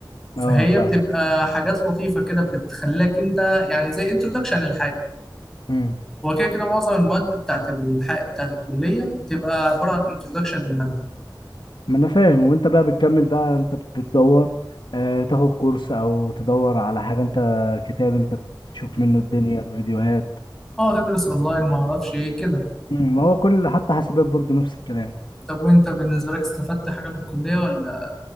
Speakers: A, in the centre; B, on the left.
A: فهي
B: اه فاهم
A: بتبقى حاجات لطيفة كده بتخليك انت يعني زي انترودكشن للحاجة
B: امم
A: هو كده كده معظم المواد بتاعت الحق بتاعت الكلية بتبقى عبارة عن انترودكشن للمادة
B: ما انا فاهم وانت بقى بتكمل بقى انت بت- بتدور آه تاخد كورس او تدور على حاجة انت كتاب انت تشوف منه الدنيا فيديوهات
A: اه تدرس اونلاين ما اعرفش ايه كده
B: امم ما هو كل حتى حاسبات برضه نفس الكلام
A: طب وانت بالنسبة لك استفدت حاجة من الكلية ولا